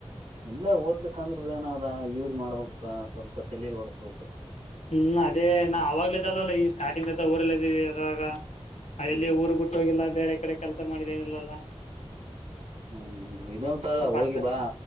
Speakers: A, on the right (about 85°); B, on the left (about 85°).
A: ಎಲ್ಲಾ ಓದ್ಲಿಕ್ಕಂದ್ರ ಭ ಏನದ ಯೂಸ್ ಮಾಡ್ಬೇಕ ಸ್ವಲ್ಪ ತಲೆ ಓಡ್ಸ್ಲ್ಪ.
B: ಹ್ಮ್ ಅದೇ ನಾ ಅವಾಗ್ಲ ಇದಲ್ಲಲ್ಲ ಈ ಸ್ಟಾರ್ಟಿಂಗ್ತ್ತ ಊರಲ್ಲ ಇದೀವಿ ಅದ್ರಾಗ. ಅಲ್ಲಿ
A: ಹ್ಮ್
B: ಊರ್ ಬಿಟ್ಟ ಹೋಗಿಲ್ಲ ಬೇರೆ ಕಡೆ ಕೆಲ್ಸ. ಮಾಡಿದೇನಲ್ಲಲ್ಲ.
A: ಹ್ಮ್ ಇದೊಂದ್ ಸಲ
B: ಸೊಪ್
A: ಹೋಗಿ
B: ಅಷ್ಟೇ
A: ಬಾ